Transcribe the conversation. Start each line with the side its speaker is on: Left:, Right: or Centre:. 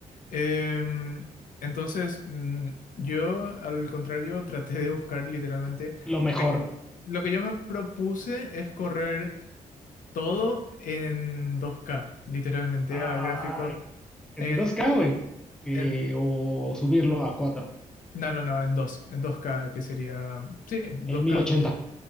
Left: Em, entonces, mm, yo, al contrario, <laughs> traté de buscar literalmente
Centre: lo mejor.
Left: lo que, lo que yo me propuse es correr todo en dos k literalmente
Centre: Ah,
Left: a gráficos
Centre: entonces,
Left: en,
Centre: ¿qué hago, güey? Eh,
Left: en
Centre: o, o subirlo a cuatro
Left: no, no, no, en dos en dos k que sería, sí, dos
Centre: el 1080.
Left: k